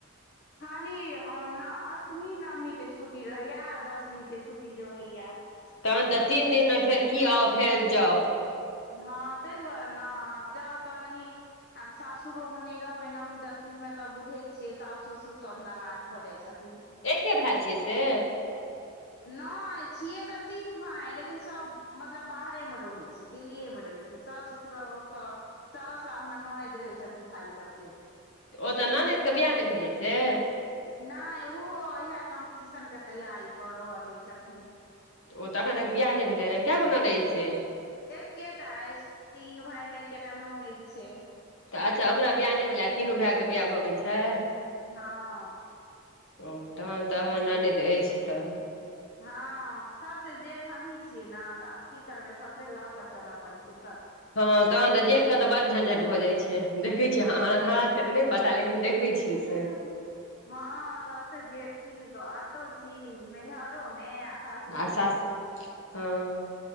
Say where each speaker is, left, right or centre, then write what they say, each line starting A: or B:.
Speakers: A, on the left; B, on the left.
A: खाली ओना अष्टमी नवमी के छुट्टी रहैये आ दसमीं के छुट्टी रहैये
B: तहन तऽ तीन दिन मे फेर की आउ फेर जाउ
A: हँ तै दुआरे न आब जाउ तऽ कनी आब सासुरोमे नय रहबै नवमी दशमीमे तऽ बुझै छियै साउस ससुर सभ नाराज भऽ जाइ छथिन।
B: एके भेय छियै से
A: नय छियैे तऽ तीन भाय लेकिन सब। मतलब बाहरेमे रहै छै दिल्लीयेमे रहै छै साउस ससुर आओर ओतऽ साउस आ हमर ननजद रहै छथिन खाली हप्ते मे
B: ओ तऽ ननैद के बियाह नय भेलै से
A: नय उहो इहे कम्पीटिशन के तैयारी कऽ रहल अछि एखन।
B: ओ तऽ अखन तक बियाह नय भेलै ने कै गो ननैद से
A: एकेटा अछि तीन भाय मे एकेटा ननैद छै।
B: तऽ अच्छा ओकरा बियाह नय भेलैये आ तीनू भाइ के बियाह भऽ गेल छै।
A: हँ
B: ओ तहन तऽ हन ननद अछि तऽ
A: हँ सबसे जेठ हमहीं छियै न तऽ आब की करबै सभसे लऽ कऽ चलय पड़ै छै सभ
B: हँ तहन तऽ जेठ के तऽ बड्ड झंझट भऽ जाय छै देखै छियै हमरा सब के तऽ नय पता लेकिन देखै
A: <inaudible>
B: छियै से
A: हँ सबसँ जेठकी अतौ छी नैहरोमे आ सासुरो
B: आ सासुर
A: मे
B: हँ